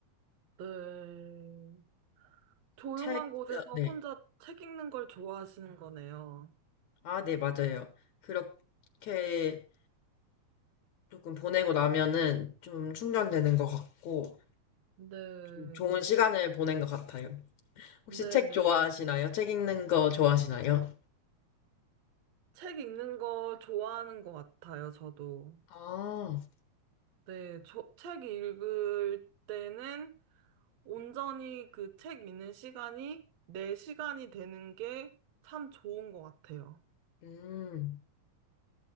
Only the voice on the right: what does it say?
네. 조용한
곳에서
혼자 책 읽는 걸 좋아하시는 거네요.
네,
네,
네.
책 읽는 거 좋아하는 것 같아요, 저도.
네, 저, 책 읽을 때는 온전히 그 책 읽는 시간이 내 시간이 되는 게 참 좋은 것 같아요.